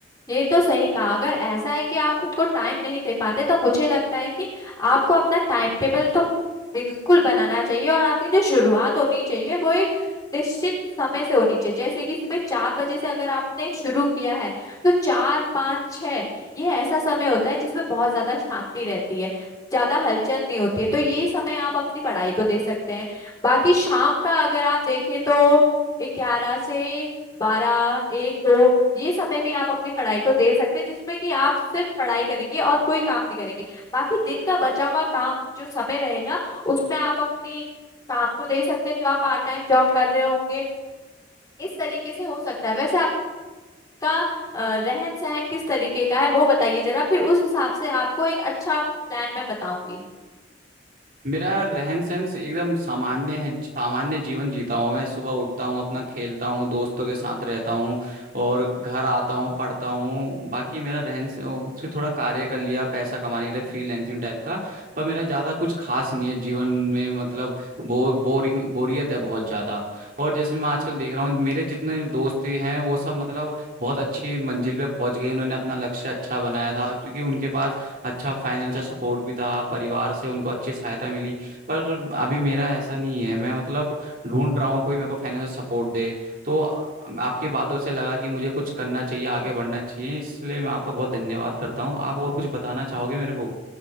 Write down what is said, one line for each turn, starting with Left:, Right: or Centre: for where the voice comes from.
Left: ये तो सही कहा अगर ऐसा है कि आप खुद को टाइम नहीं दे पाते तो मुझे लगता है कि आपको अपना टाइम टेबल तो बिल्कुल बनाना चाहिए और आपकी जो शुरुआत होनी चाहिए वो एक निश्चित समय से होनी चाहिए जैसे कि सुबह चार बजे से अगर आपने शुरू किया है तो चार पाँच छः ये ऐसा समय होता है जिसमें बहुत ज्यादा शांति रहती है ज्यादा हलचल नहीं होती है तो ये समय आप अपनी पढ़ाई को दे सकते हैं बाकी शाम का अगर आप देखें तो ग्यारह से बारह एक दो ये समय भी आप अपनी पढ़ाई को दे सकते हैं जिसमें कि आप सिर्फ पढ़ाई करेंगे और कोई काम नहीं करेंगे बाकी दिन का बचा हुआ काम जो समय रहेगा उसमें आप अपनी काम को दे सकते हैं जो आप पार्ट टाइम जॉब कर रहे होंगे इस तरीके से हो सकता है वैसे आपका रहन सहन किस तरीके का है वो बताइए जरा फिर उस हिसाब से आपको एक अच्छा प्लान मैं बताऊंगी
Right: मेरा रहन सहन एकदम सामान्य है सामान्य जीवन जीता हूँ मैं सुबह उठता हूँ अपना खेलता हूँ दोस्तों के साथ रहता हूँ और घर आता हूँ पढ़ता हूँ बाकी मेरा रहन सहन से थोड़ा कार्य कर लिया पैसा कमाने के लिए फ्रीलैंसिंग टाइप का पर मेरा ज़्यादा कुछ खास नहीं है जीवन में मतलब बो, बोरिंग बोरियत है बहुत ज़्यादा और जैसे मैं आजकल देख रहा हूँ मेरे जितने दोस्त भी हैं वो सब मतलब बहुत अच्छी मंजिल पे पहुंच गए उन्होंने अपना लक्ष्य अच्छा बनाया था क्योंकि उनके पास अच्छा फाइनेंशियल सपोर्ट भी था परिवार से उनको अच्छी सहायता मिली पर अभी मेरा ऐसा नहीं है मैं मतलब ढूंढ रहा हूँ कोई मेरे को फाइनेंशियल सपोर्ट दे तो आ- आपकी बातों से लगा कि मुझे कुछ करना चाहिए आगे बढ़ना चाहिए इसलिए मैं आपका बहुत धन्यवाद करता हूँ आप और कुछ बताना चाहोगे मेरे को